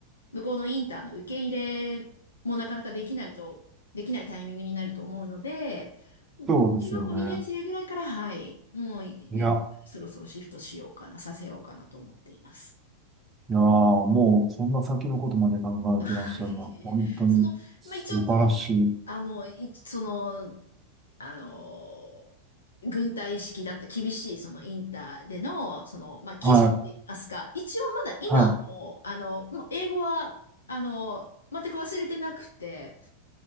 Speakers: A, on the left; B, on the right.
A: 向こうのインターの受け入れもなかなかできないと、できないタイミングになると思うので、
B: そうですよね。
A: 中学校2年生ぐらいから、はい、もういいそろそろシフトしようかな、
B: いや、
A: させようかなと思っています。
B: いやー、もうそんな先のことまで考えてらっしゃるな。
A: はい。
B: 本当に素晴らしい。
A: その、まあ、一応、いあの、いその、あの、軍隊式だった厳しいそのインターでの、その、まあ、基礎って言いますか、
B: はい、
A: 一応まだ今も、
B: はい。
A: あの、もう英語は、あの、全く忘れてなくて、